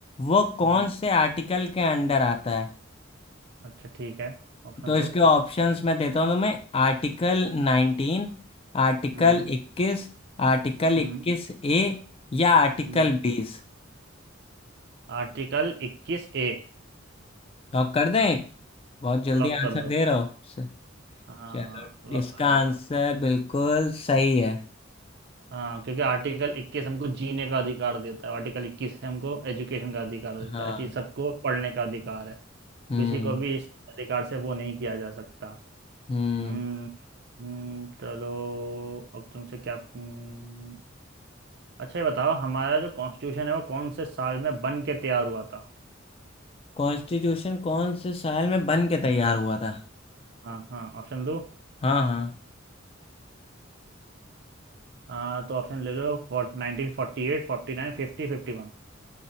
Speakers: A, on the left; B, on the right.
A: वो कौन
B: हम्म
A: से आर्टिकल के अंडर आता है
B: अच्छा ठीक है ऑप्शन
A: तो इसके
B: दो
A: ऑप्शंस मैं देता हूँ तुम्हें Article nineteen आर्टिकल
B: हम्म
A: इक्कीस आर्टिकल
B: हम्म,
A: इक्कीस ए या आर्टिकल
B: हम्म।
A: बीस
B: आर्टिकल इक्कीस ए
A: लॉक कर दें बहुत जल्दी
B: लॉक
A: आंसर
B: कर दो
A: दे रहे हो स-
B: हाँ
A: चलो
B: लॉक
A: इसका
B: कर दो
A: आंसर बिल्कुल सही है
B: हाँ क्योंकि आर्टिकल इक्कीस हमको जीने का अधिकार देता है आर्टिकल इक्कीस हमको एजुकेशन का अधिकार देता
A: हाँ
B: है कि सबको पढ़ने का अधिकार है
A: हम्म
B: किसी को भी इस अधिकार से वो नहीं किया जा सकता
A: हम्म
B: हम्म हम्म चलो अब तुमसे क्या हम्म, अच्छा ये बताओ हमारा जो कॉन्स्टिट्यूशन है वो कौन से साल में बन के तैयार हुआ था
A: कॉन्स्टिट्यूशन कौन से साल में बन के तैयार हुआ था
B: हाँ हाँ ऑप्शन दो
A: हाँ हाँ
B: आ, तो ऑप्शन ले लो फोर्ट नाइनटीन फोर्टी एट फोर्टी नाइन फिफ्टी फिफ्टी वन